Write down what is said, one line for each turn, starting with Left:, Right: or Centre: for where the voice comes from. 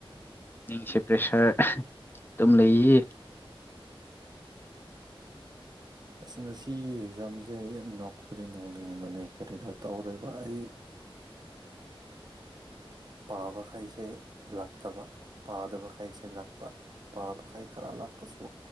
Left: ꯃꯤꯁꯦ ꯄ꯭ꯔꯦꯁꯥꯔ ꯑꯗꯨꯝ ꯂꯩꯌꯦ <unintelligible>
Right: ꯑꯁ ꯉꯁꯤ ꯑꯦꯛꯖꯥꯝꯁꯦ ꯑꯩ ꯅꯣꯛꯄꯗꯤ ꯅꯣꯡꯅꯤꯡꯕꯅꯦ ꯀꯔꯤꯗ ꯇꯧꯔꯤꯕ ꯑꯩ ꯄꯥꯕꯈꯩꯁꯦ ꯂꯛꯇꯕ ꯄꯥꯗꯕꯈꯩꯁꯦ ꯂꯥꯛꯄ ꯄꯥꯕꯈꯩ ꯈꯔ ꯂꯥꯛꯄꯁꯨ